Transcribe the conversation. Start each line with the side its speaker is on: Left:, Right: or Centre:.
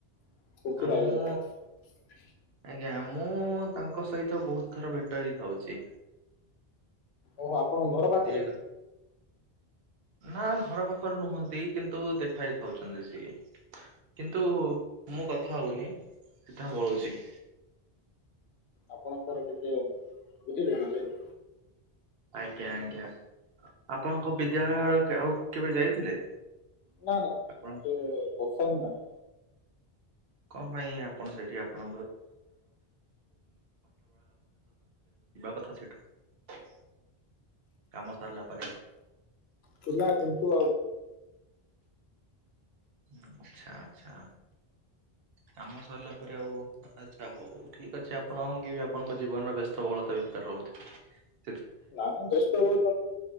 Left: <unintelligible>
Right: ଆ ମୁଁ ଆଜ୍ଞା, ମୁଁ ତାଙ୍କ ସହିତ ବହୁତ ଥର ଭେଟ ହେଇଥାଉଛି।
Left: ଓହୋ ଆପଣଙ୍କ ଘର ପାଖରେ
Right: ସିଏ
Left: କି?
Right: ନା ଘର ପାଖରେ ନୁହନ୍ତି। କିନ୍ତୁ ଦେଖା ହେଇ ପାରୁଛନ୍ତି ସିଏ କିନ୍ତୁ ମୁଁ କଥା ହଉନି <unintelligible>
Left: ଆପଣଙ୍କର ଟିକେ ବୁଝିଲେ, ବୁଝିଲେ
Right: ଆଜ୍ଞା ଆଜ୍ଞା ଆପଣଙ୍କ ବିଦ୍ୟାଳୟ ଆଡକୁ ଆଉ କେବେ ଯାଇଥିଲେ।
Left: ନା ନା ନା
Right: ଆପଣ
Left: ମତେ ପସନ୍ଦ୍ ନାହିଁ।
Right: <unintelligible> ଥିଲେ ତ ଯିବା କଥା ସେଇଠୁ କାମ ସାରିଲା ପରେ।
Left: ପୁଲା କିନ୍ତୁ
Right: ଆଚ୍ଛା ଆଚ୍ଛା କାମ ସରିଲା ପରେ ଆଉ ଆଚ୍ଛା ହୋଉ ଠିକ୍ ଅଛି। ଆପଣ ବିହେବି ଆପଣଙ୍କ ଜୀବନର ବ୍ୟସ୍ତ ବୋହୁଳତା <unintelligible>
Left: ନାଇଁ ବ୍ୟସ୍ତ ବହୁତ